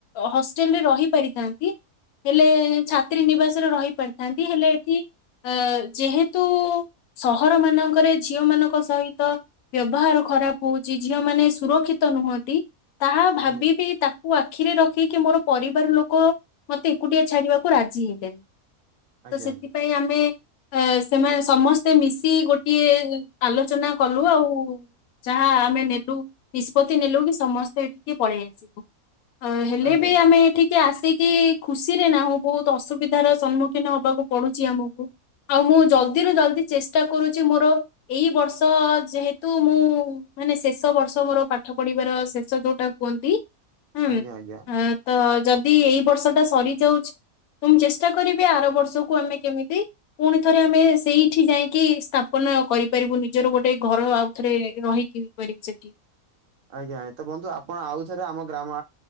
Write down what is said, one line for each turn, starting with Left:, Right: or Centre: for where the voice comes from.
Left: ହଷ୍ଟେଲ ରେ ରହି ପାରିଥାନ୍ତି। ହେଲେ ଛାତ୍ରୀ ନିବାସରେ ରହି ପାରିଥାନ୍ତି ହେଲେ ଏଠି ଅ ଯେହେତୁ ସହର ମାନଙ୍କରେ ଝିଅ ମାନଙ୍କ ସହିତ ବ୍ୟବହାର ଖରାପ ହଉଛି ଝିଅ ମାନେ ସୁରକ୍ଷିତ ନୁହନ୍ତି, ତାହା ଭାବିବେ
Right: ଆଜ୍ଞା
Left: ତାକୁ କୁ ଆଖିରେ ରଖିକି ମୋର ପରିବାର ଲୋକ ମତେ ଏକୁଟିଆ ଛାଡିବାକୁ ରାଜି ହେଲେନି।
Right: ଆଜ୍ଞା
Left: ତ ସେଥିପାଇଁ ଆମେ ଅ ସେମା ସମସ୍ତେ ମିଶି ଗୋଟିଏ ଆଲୋଚନା କଲୁ ଆଉ। ଯାହା ଆମେ ନେଲୁ ନିଷ୍ପତ୍ତି ନେଲୁ କି ସମସ୍ତେ ଏଠିକି ପଳେଇ ଆସିବୁ। ଅ ହେଲେ
Right: ଆଜ୍ଞା
Left: ବି
Right: ଆଜ୍ଞା ଆଜ୍ଞା
Left: ଆମେ ଏଠିକି ଆସିକି ଖୁସିରେ ନାହିଁ ବହୁତ ଅସୁବିଧାର ସମ୍ମୁଖୀନ ହବାକୁ ପଡୁଛି ଆମକୁ। ଆଉ ମୁଁ ଜଲଦିରୁ ଜଲଦି ଚେଶ୍ ତ କରୁଛି ମୋର ଏଇ ବର୍ଷ ଯେହେତୁ ମୁଁ ମାନେ ଶେଷ ବର୍ଷ। ତମର ପାଠ ପଢିବାର ଶେଷ ଯୋଉଟା କୁହନ୍ତି ହଁ
Right: ଆଜ୍ଞା ଆଜ୍ଞା ଆଜ୍ଞା ଆଜ୍ଞା
Left: ତ ଯଦି ଏଇ ବର୍ଷ ଟା ସରିଯାଉଛି ତ ମୁଁ ଚେଷ୍ଟା କରିବି ଆର ବର୍ଷକୁ ଆମେ କେମିତି ପୁଣି ଥରେ ଆମେ ସେଇଠି ଯାଇକି ସ୍ଥାପନ କରିପାରିବୁ ନିଜର ଗୋଟେ ଘର ଆଉ ଥରେ ରହିକି। ରି ଚେକି <unintelligible>
Right: ଆଜ୍ଞା ତ ବନ୍ଧୁ ଆପଣ ଆଉ ଥରେ ଆମ ଗ୍ରାମ